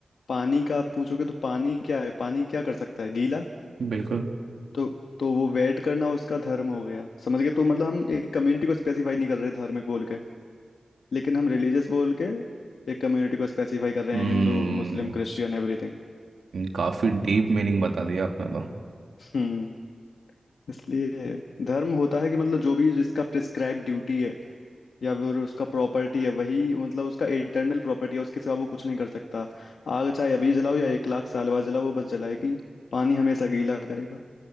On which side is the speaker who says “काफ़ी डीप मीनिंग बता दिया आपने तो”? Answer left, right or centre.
Right